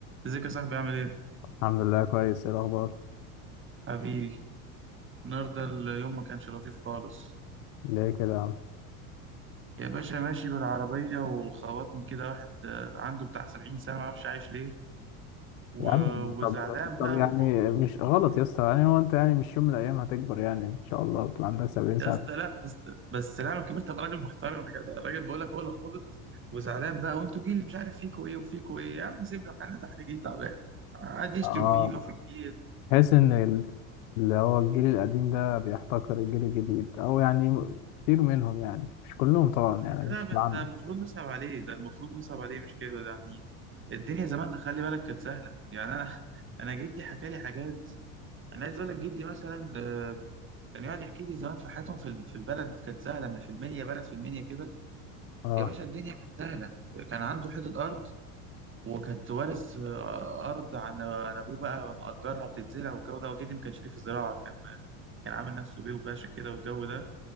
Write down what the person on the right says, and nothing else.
ازيك يا صاحبي عامل ايه؟
حبيبي النهارده اليوم ما كانش لطيف خالص
يا باشا ماشي بالعربية وخبطني كده واحد آه، عنده بتاع سبعين سنة ما اعرفش عايش ليه و...
وزعلان
بقى
و... و...
يا اسطى لا بس بس لا انا كبرت ابقى راجل محترم يا جدع الراجل بقول لك هو اللي خابط وزعلان بقى وانتوا جيل مش عارف فيكوا ايه وفيكوا ايه يا عم سيبنا في حالنا ده احنا جيل تعبان قاعد يشتم
فينا وفي الجيل
لا
ده
ده المفروض نصعب عليه ده المفروض نصعب عليه مش كده ده يعني الدنيا زمان خلي بالك كانت سهلة يعني أنا <laughs> أنا جدي حكى لي حاجات أنا عايز أقول لك جدي مثلا ده كان يقعد يحكي لي زمان في حياتهم في ال- في البلد كانت سهلة من في المنيا بلد في المنيا كده
يا باشا الدنيا كانت سهلة كان عنده حتة أرض وكانت وارث آه، أرض عن عن أبوه بقى مأجرها بتتزرع والجو ده وجدي ما كانش ليه في الزراعة كان كان عامل نفسه بيه وباشا كده والجو ده